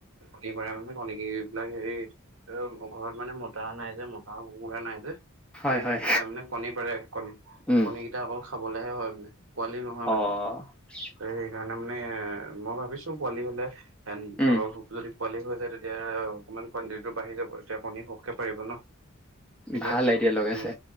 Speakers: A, on the right; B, in the centre.
A: পাৰে মানে কনী এইবিলাক হেৰি, এ ঘৰত মানে মতা নাই যে মতা কুকুৰা নাই যে?
B: হয়
A: তাই
B: হয়
A: মানে কণী পাৰে কণী-কণী
B: উম
A: কেইটা অকল খাবলেহে হয় মানে, পোৱালি নহয়
B: অ
A: মানে।
B: <unintelligible>
A: ত সেইকাৰণে মানে এ মই ভাবিছো পোৱালি হলে
B: উম
A: অলপ যদি পোৱালি হৈ যায় তেতিয়া অকণমান কোৱণ্টিটিটো বাঢ়ি যাব তেতিয়া আপুনি সৰহকে পাৰিব ন। পিছত
B: ভাল আইডিয়া লগাইছে
A: উম,